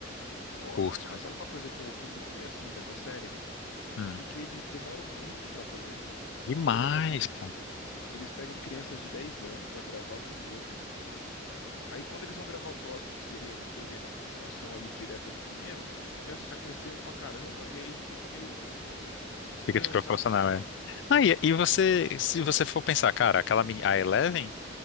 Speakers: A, on the left; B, on the left.
A: Pô,
B: curto.
A: você mas sabe uma coisa que eu, que eu fico meio assim dessa série?
B: Hum.
A: É porque eles demoram muito pra fazer.
B: Demais,
A: Então, por exemplo, assim,
B: pô.
A: eles pegam crianças de 10 anos pra gravar o primeiro. Aí, quando eles vão gravar o próximo, que seria, em teoria, né, a continuação ali direta do primeiro, as crianças já cresceram pra caramba e aí fica meio estranho,
B: Fica desproporcional,
A: sabe?
B: é. Ah, e, e você, se você for pensar, cara, aquela meni- a Eleven,